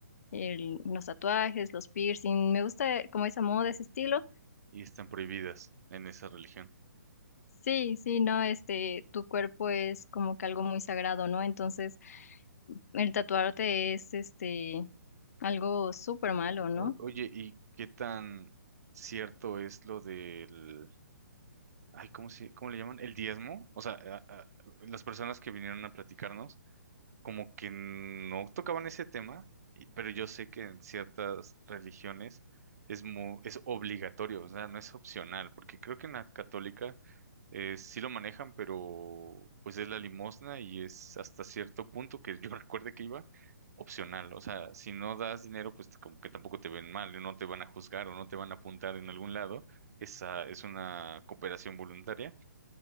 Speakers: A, on the left; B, on the right.
A: el- los tatuajes, los piercing, me gusta como esa moda, ese estilo.
B: y están prohibidas en esa religión.
A: Sí, sí, no, este, tu cuerpo es como que algo muy sagrado, ¿no? Entonces, el tatuarte es, este, algo súper malo, ¿no?
B: O- oye, ¿y qué tan cierto es lo del... Ay, ¿cómo se, cómo le llaman? ¿El diezmo? O sea, a- a- las personas que vinieron a platicarnos como que no tocaban ese tema, y- pero yo sé que en ciertas religiones es mu- es obligatorio, o sea, no es opcional, porque creo que en la católica eh, sí lo manejan, pero pues es la limosna y es hasta cierto punto que yo <laughs> recuerde que iba opcional, o sea, si no das dinero, pues como que tampoco te ven mal, no te van a juzgar o no te van a apuntar en algún lado, esa es una cooperación voluntaria